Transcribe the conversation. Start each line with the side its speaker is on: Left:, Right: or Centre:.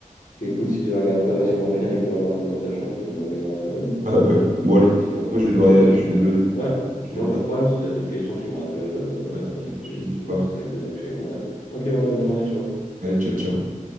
Left: qu'écoute, si tu la regardes pas, si on est en finale et que tu la regardes pas dans ta chambre, qu'on gagnera quand même.
Right: Ah bah oui. Bon allez,
Left: Sinon,
Right: moi
Left: ça-
Right: je vais devoir
Left: sinon
Right: y aller,
Left: ça sera
Right: je suis
Left: ta
Right: désolé.
Left: faute. Ouais,
Right: Je
Left: moi,
Right: te laisse.
Left: pas de problème. Si tu as d'autres questions, tu me rappelles euh,
Right: Ouais, t'inquiète,
Left: et, on-
Right: j'hésite
Left: et tu,
Right: pas.
Left: ce serait avec plaisir que je te répondrai. Ok, ouais, bonne journée, ciao.
Right: Allez, ciao, ciao.